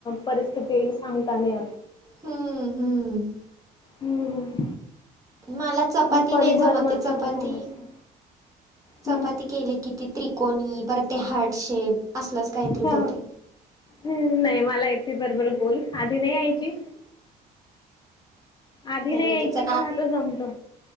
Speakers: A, on the left; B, on the right.
A: परिस्थिती येईल सांगता नाही.
B: हम्म हम्म
A: हम्म.
B: मला चपाती
A: मग कधी
B: नाही जमते
A: बरं नसलं
B: चपाती.
A: तर मग असतं.
B: चपाती
A: हम्म
B: केली कि त त्रिकोणी परत ते हार्ट शेप असलंच काहीतरी
A: ह
B: होतंय
A: हम्म नाही मला इथे बरोबर बोल आधी नाही यायची. आधी
B: नाही मी
A: यायची
B: त्याचं ना
A: पण आता जमतं